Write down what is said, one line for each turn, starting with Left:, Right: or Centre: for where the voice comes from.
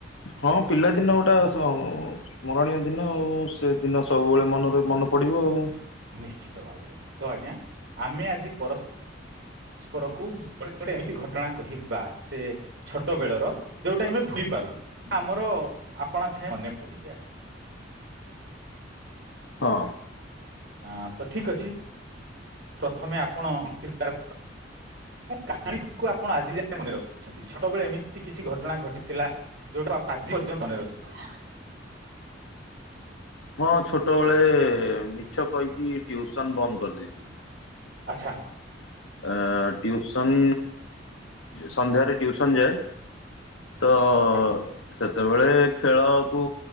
Left: ହଁ ପିଲାଦିନ ଗୋଟେ ସ୍ମରଣୀୟ ଦିନ ଆଉ। ସେ ଦିନ ସବୁବେଳେ ମନରେ ମନେ ପଡିବ ଆଉ।
Right: ନିଶ୍ଚିତ ଭାବରେ ତ ଆଜ୍ଞା ଆମେ ଆଜି ପରସ୍ପରକୁଟ ଏମିତି ଘଟଣା କହିବା ସେ ଛୋଟ ବେଳର ଯୋଉଟା ଆମେ ଭୁଲି ପାରୁ ଆମର ଆପଣା ଛାଇ ମନେ ପଡିଯାଏ।
Left: ହଁ
Right: ଅ ତ ଠିକ ଅଛି ପ୍ରଥମେ ଆପଣ ଅସ୍ୱୀକାର କରନ୍ତୁ କା ଆପଣ ଆଜି ଯାଏ ମନେ ରଖିଛନ୍ତି। ଛୋଟବେଳେ ଏମିତି କିଛି ଘଟଣା ଘଟିଥିଲା ଯୋଉଟାକୁ ଆଜି ପର୍ଯ୍ୟନ୍ତ ମନେ ରଖିଛ।
Left: ହଁ ଛୋଟବେଳେ ମିଛ କହିକି ଟିଉସନ ବନ୍ଦ କରିଦେଇଥିଲି।
Right: ଆଚ୍ଛା।
Left: ଅ ଟିଉସନ୍ ସନ୍ଧ୍ୟାରେ ଟିଉସନ୍ ଯାଏ। ତ
Right: ଆଜ୍ଞା
Left: ସେତେ ସେତେବେଳେ ଖେଳକୁ